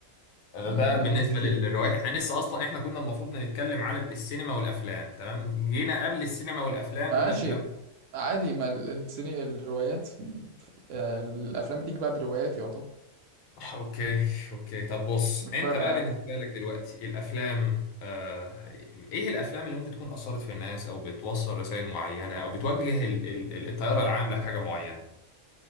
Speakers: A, on the left; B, on the right.
A: ده
B: ن-
A: بالنسبة
B: نماذج كتير
A: للروايات احنا لسه اصلا احنا كنا المفروض نتكلم على السينما والافلام تمام جينا قبل السينما والافلام
B: ماشي
A: قلنا الكلام ده.
B: عادي ما ال- السيني الروايات آه، الأفلام بتيجي بعد روايات يعتبر
A: اوكي اوكي طب بص
B: مش
A: انت
B: فارقة
A: بقى
B: يعني
A: بالنسبة لك دلوقتي الافلام آه ايه الافلام اللي ممكن تكون اثرت في الناس او بتوصل رسائل معينة او بتوجه ال- ال- ال- التيار العام لحاجة معينة